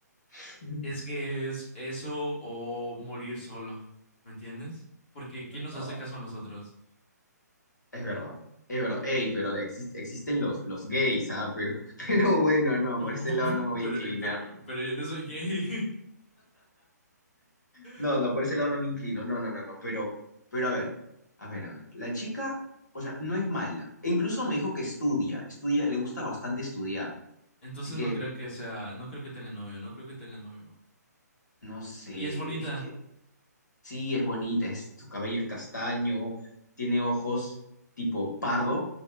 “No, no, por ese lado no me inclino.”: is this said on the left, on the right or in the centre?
Left